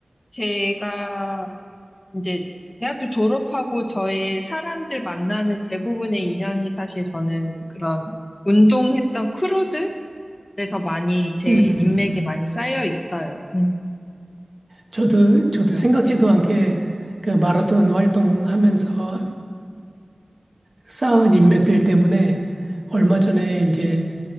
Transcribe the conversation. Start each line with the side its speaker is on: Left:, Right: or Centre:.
Left: 제가 이제 대학교 졸업하고 저의 사람들 만나는 대부분의 인연이 사실 저는 그런 운동했던 크루들에서 많이 제
Right: 음. 음, 음.
Left: 인맥이 많이 쌓여 있어요. 음,
Right: 저도 저도
Left: 네.
Right: 생각지도 않게 그 마라톤 활동하면서 쌓은 인맥들 때문에 얼마 전에 이제